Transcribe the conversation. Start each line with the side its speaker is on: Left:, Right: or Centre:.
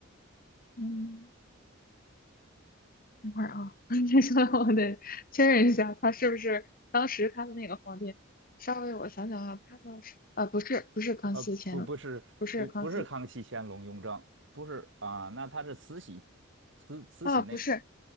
Left: 嗯等会儿啊，<laughs> 你说的我得确认一下，他是不是当时他的那个皇帝？稍微我想想啊，他的是呃不是不是康熙乾隆，
Right: 呃，不，不是，
Left: 不是康熙。
Right: 不，不是康熙、乾隆、雍正，不是啊，那他是慈禧，慈慈禧那
Left: 啊，不是，